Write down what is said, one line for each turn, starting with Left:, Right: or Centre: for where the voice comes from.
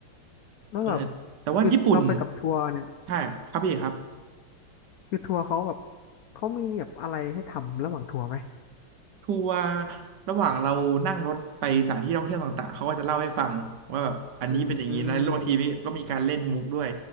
Left: แล้วแบบ
Right: เออแต่ว่าญี่ปุ่น
Left: คือเราไปกับทัวร์เนี่ย
Right: ใช่ครับพี่ครับ
Left: คือทัวร์เขาแบบเขามีแบบอะไรให้ทำระหว่างทัวร์ไหม
Right: ทัวร์ระหว่างเรานั่งรถไปสถานที่ท่องเที่ยวต่างๆเขาก็จะเล่าให้ฟังว่าแบบอันนี้เป็นอย่างนี้นะแล้วบางทีก็มีการเล่นมุกด้วย
Left: อืมอม